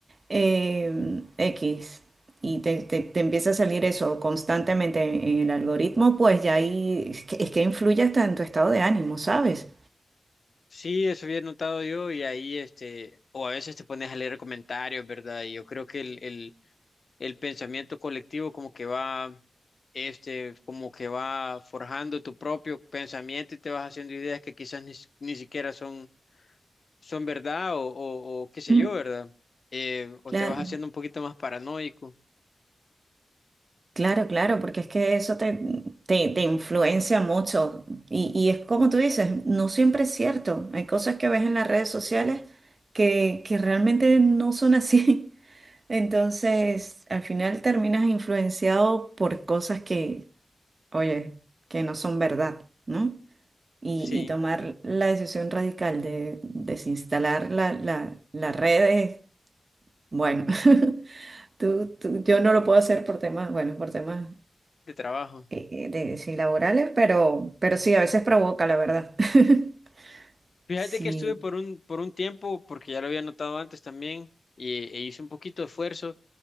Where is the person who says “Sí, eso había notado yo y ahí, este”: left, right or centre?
Left